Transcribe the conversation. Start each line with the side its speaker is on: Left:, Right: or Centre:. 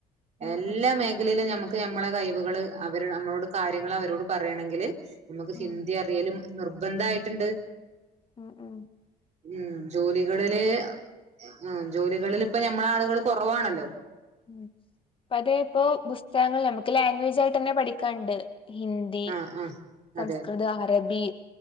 Left: ഉം
Right: എല്ലാ മേഖലയിലും ഞമു ക്കെ നമ്മളെ കഴിവുകൾ അവര് അമ്മളോട് കാര്യങ്ങള് അവരോട് പറയണെങ്കിൽ നമുക്ക്
Left: ഉം
Right: സിന്ദി അറിയലും നിർബന്ധ ആയിട്ട്ണ്ട്
Left: ഉം ഉ
Right: ഉം ജോലികളില് ഉം ജോലികളിൽ ഇപ്പ ഞമ്മള ആളുകൾ കൊറവാണല്ലോ
Left: ഉം ഇപ്പതേ ഇപ്പോ പുസ്തകങ്ങൾ ഞമക്ക് ലാംഗ്വേജ് ആയ്ട്ടെന്നെ പഠിക്കാണ്ട് ഹിന്ദി
Right: ആഹ് ആഹ്
Left: സംസ്കൃത
Right: അതെ
Left: അറബി